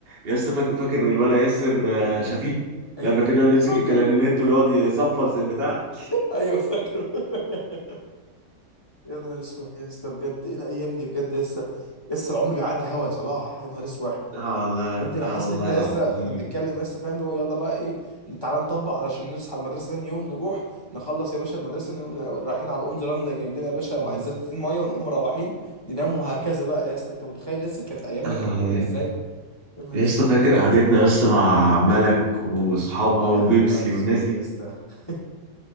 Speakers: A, on the right; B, on the left.
A: يا اسطى فاكر فاكر الولد ياسر آه شفيق
B: <laughs>
A: لما كان يقعد يمسك
B: فاكره
A: الكلارينيت ويقعد يصفر زي البتاع
B: ايوه فاكره <laughs> يا نهار اسود يا اسطى بجد ايه الايام دي بجد يا اسطى يا اسطى العمر بيعدي هوا يا صلاح يا نهار اسود
A: اه لا
B: يا ابني انا حاسس
A: اه والله
B: ان احنا
A: العظيم
B: لسه احنا بنتكلم لسه فاهم اللي هو يلا بقى ايه تعالى نطبق علشان نصحى المدرسه تاني يوم نروح نخلص يا باشا المدرسه نقوم رايحين على اونز رن جايب لنا يا باشا
A: آه
B: ازازتين ميه ونقوم مروحين ننام وهكذا بقى يا اسطى انت متخيل لسه كانت ايامنا
A: آه،
B: كانت جميله ازاي يا نهار
A: يا
B: اسود
A: اسطى فاكر قعدتنا يا اسطى مع ملك واصحابها وبيبسي
B: يا نهار اسود
A: والناس دي
B: يا اسطى <laughs>